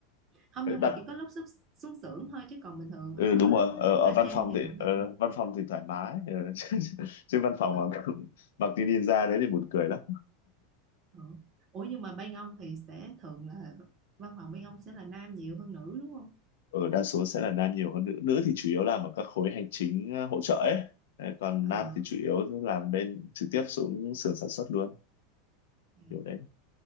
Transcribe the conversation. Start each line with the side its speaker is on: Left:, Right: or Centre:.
Right: Không nhưng
Left: đặt
Right: mà chỉ có lúc xuất xuống xưởng thôi chứ còn bình thường
Left: ừ,
Right: ở
Left: đúng rồi ở, ở
Right: ở
Left: văn
Right: trên
Left: phòng
Right: thì
Left: thì
Right: vẫn gặp.
Left: ờ, văn phòng thì thoải mái ờ. <laughs> chứ chứ văn phòng
Right: Ờ,
Left: mà cũng mặc cái ninja đấy thì buồn cười lắm
Right: ờ. Ủa nhưng mà bên ông thì sẽ thường là văn phòng bên ông sẽ là nam nhiều hơn nữ đúng không?
Left: ở đa số sẽ là nam nhiều hơn nữ nữ thì chủ yếu làm ở các khối hành chính ờ, hỗ trợ ấy Đấy, còn
Right: Ờ.
Left: nam thì chủ yếu làm bên trực tiếp xuống xưởng sản xuất luôn
Right: dạ.
Left: kiểu đấy